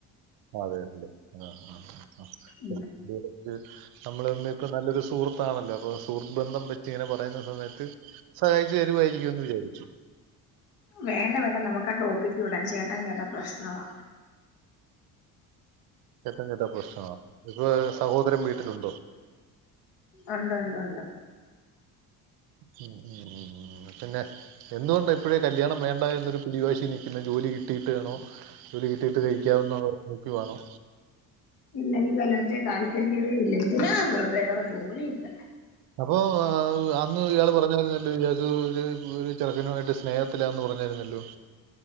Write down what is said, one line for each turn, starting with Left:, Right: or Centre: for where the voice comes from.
Right: ആ അതെല്ലെ ആ ആ് ആ <unintelligible>
Left: ഉം.
Right: നമ്മള് തമ്മിൽ ഇപ്പൊ നല്ലൊരു സുഹൃത്താണല്ലോ അപ്പൊ സുഹൃത്ത് ബന്ധം വെ ിങ്ങനെ പറയുന്ന സമയത്ത് സഹായിച്ചു തരുവായിരിക്കുമ എന്ന് വിചാരിച്ചു
Left: വേണ്ട വേണ്ട നമുക്ക് ആ ടോപ്പിക്ക് വിടാൻ ചേട്ടാൻ കേട്ടാ പ്രശ്നവാ
Right: ഏറ്റ ചിട്ട പ്രശ്ന ഇപ്പ സഹോദരം വീട്ടിലുണ്ടോ
Left: ഉണ്ട് ഉണ്ട് ഉണ്ട്
Right: ഉ ഉം ഉ ഉ പിന്നെ എന്തുകൊണ്ട ഇപ്പോഴേ കല്യാണം വേണ്ട എന്നൊരു പിടിവാശി നിൽക്കുന്നു ജോലി കിട്ടിയിട്ട് വേണോ ജോലി കിട്ടിയിട്ട് കഴിക്കാവുന്ന നോക്കി വേണോ
Left: ഇല്ല മതേ താല്പര്യവേ ഇല്ല എന്നാ വറതെ വേറെ ജോലി കിട്ട-
Right: അപ്പൊ അന്ന് ഇയാൾ പറഞ്ഞ പറഞ്ഞല്ല ഇയാൾക്ക് ഒരു ചെരക്കിനു ആയിട്ട് സ്നേഹ ത്തിലാന്ന് പറഞ്ഞിരുന്നല്ലോ